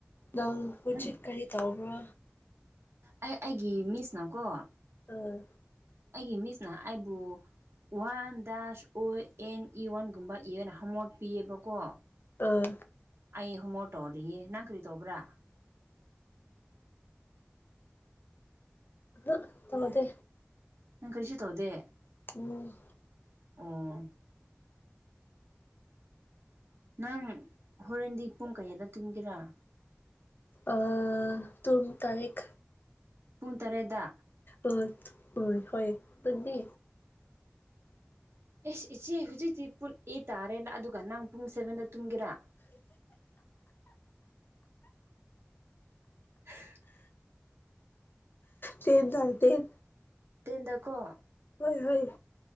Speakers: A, on the left; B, on the right.
A: ꯅꯪ ꯍꯨꯖꯤꯛ
B: ꯅꯪ
A: ꯀꯔꯤ ꯇꯧꯕ꯭ꯔ
B: ꯑꯩ ꯑꯩꯒꯤ ꯃꯤꯁꯅꯀꯣ
A: ꯑꯥ
B: ꯑꯩꯒꯤ ꯃꯤꯁꯅ ꯑꯩꯕꯨ ꯋꯥꯟ ꯗꯥꯁ ꯑꯣ ꯑꯦꯟ ꯏ ꯋꯥꯟꯒꯨꯝꯕ ꯏ ꯑꯦꯜ ꯍꯥꯣꯠꯄꯤꯑꯕꯀꯣ
A: ꯑꯥ
B: ꯑꯩ ꯍꯣꯃꯣ ꯇꯧꯔꯤꯌꯦ ꯅꯪ ꯀ꯭ꯔꯤ ꯇꯧꯕ꯭ꯔꯥ-
A: ꯑꯍꯥ ꯇꯧꯗꯦ꯫
B: ꯅꯪ ꯀꯔꯤꯁꯨ ꯇꯧꯗꯦ꯫
A: ꯎꯝ
B: ꯑꯣ ꯅꯪ ꯍꯣꯔꯦꯟꯗꯤ ꯄꯨꯡ ꯀꯌꯥꯗ ꯇꯨꯝꯒꯦꯔꯥ
A: ꯑ ꯇꯣꯝ ꯇꯔꯤꯛ
B: ꯄꯨꯡ ꯇꯔꯦꯠꯇ
A: ꯑ ꯍ ꯍ ꯑꯗꯨꯗꯤ
B: ꯑꯦꯁ ꯏꯆꯦ ꯍꯧꯖꯤꯛꯇꯤ ꯄꯨꯜ ꯑꯦ ꯇꯥꯔꯦꯅ ꯑꯗꯨꯒ ꯅꯪ ꯄꯨꯡ ꯁꯚꯦꯟꯗ ꯇꯨꯝꯒꯦꯔꯥ <inaudible>
A: ꯇꯦ ꯗꯥꯜ ꯇꯦꯟ
B: ꯇꯦꯟꯗꯀꯣ
A: ꯍꯣꯏ ꯍꯣꯏ